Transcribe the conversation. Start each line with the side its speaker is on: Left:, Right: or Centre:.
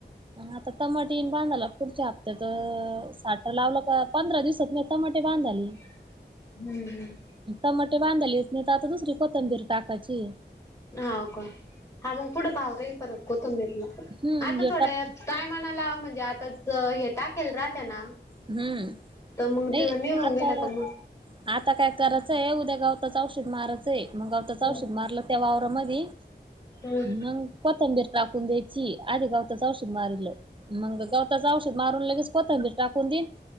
Right: आता तमाटीन बांधाला पुढच्या हप्त्यात साठर लावलं का पंधरा दिवसात टमाटे बांध झाली
Left: हम्म हम्म
Right: टमाटे बांधालेच नाही तर आता दुसरी कोथंबीर टाकाची
Left: हो का हा मग पुढं भाव राईन परत कोथंबीरला
Right: हम्म
Left: आता
Right: हे
Left: थोड्या
Right: टप
Left: काय म्हणाला म्हणजे आता हे टाकेल रा त्याना
Right: हम्म
Left: तमंग
Right: नाही
Left: त न होंगेला
Right: आता
Left: कम
Right: आता काय करायचंय उद्या गावताच औषध मारयचंय मग गावताच
Left: हम्म
Right: औषध मारलं त्या वावरा मधी
Left: हम्म
Right: मग कोथंबीर टाकून द्यायची आधी गावताच औषध मारलं मग गवताचं औषध मारून लगेच कोतं मी टाकून देईन